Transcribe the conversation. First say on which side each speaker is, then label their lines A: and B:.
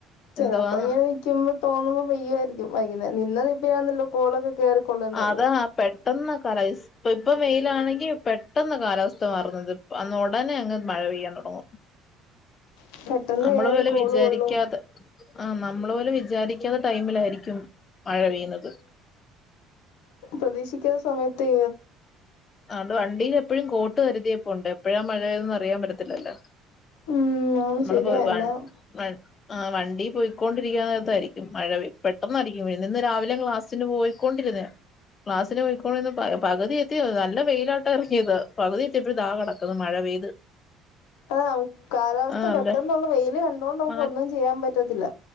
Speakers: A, on the left; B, on the left.
A: ചെലപ്പൊ
B: എന്തുവാന്ന്
A: ഇങ്ങനെ നിക്കുമ്പോ തോന്നുമ്പോ പെയ്യുമായിരിക്കും വൈകുന്നേ നിന്നത് ഇപ്പാണുന്നല്ലോ കോളൊക്കെ കയറിക്കൊള്ളുന്നത്
B: അതാ പെട്ടെന്ന് കറേയ്സ് അപ്പൊ ഇപ്പൊ വെയിലാണെങ്കി പെട്ടെന്ന് കാലാവസ്ഥ മാറുന്നത് അന്ന് ഉടനെ അങ്ങ് മഴ പെയ്യാൻ തുടങ്ങും
A: <unintelligible>
B: നമ്മള് പോലും
A: കോള്
B: വിചാരിക്കാതെ
A: കൊള്ളും
B: ആ നമ്മള് പോലും വിചാരിക്കാത്ത ടൈമിലായിരിക്കും മഴ പെയ്യുന്നത്
A: ഒട്ടും പ്രതീക്ഷിക്കാത്തെ സമയത്ത്
B: അതൊണ്ട് വണ്ടിൽ എപ്പോഴും കോട്ട് കരുതിയപ്പോ ഉണ്ട് എപ്പോഴാ മഴപെയൂന്നത് അറിയാൻ പറ്റത്തില്ലല്ലോ
A: ഉം ആന്ന്
B: നമ്മള്
A: ശരിയാ
B: പോയി വ <unintelligible>
A: എല്ലാം
B: ആ വണ്ടി പോയിക്കൊണ്ടിരിക്കുന്നതായിരിക്കും മഴ പെട്ടെന്നായിരിക്കും പിന്നേ ഇന്ന് രാവിലെയും ക്ലാസ്സിന് പോയിക്കൊണ്ടിരുന്നേണ് ക്ലാസ്സിന് പോയിക്കോണ്ടിന്ന് പകുതി എത്തിയ നല്ല വെയിലാട്ട ഇറങ്ങിയത് പകുതി എത്തിയപ്പോഴ താ കിടക്കുന്നു മഴ പെയ്ത്
A: ആ കാലാവസ്ഥ
B: ആഹ്
A: പെട്ടന്നുള്ള
B: അതെ
A: വെയില് കണ്ടൊണ്ട് നമുക്ക്
B: മാ
A: ഒന്നും ചെയ്യാൻ പറ്റത്തില്ല